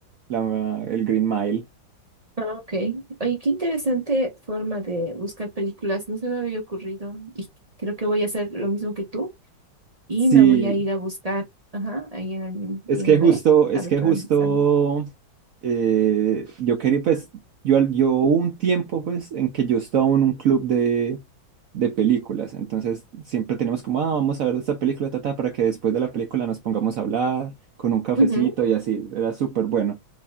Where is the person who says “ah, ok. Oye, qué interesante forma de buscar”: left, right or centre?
Right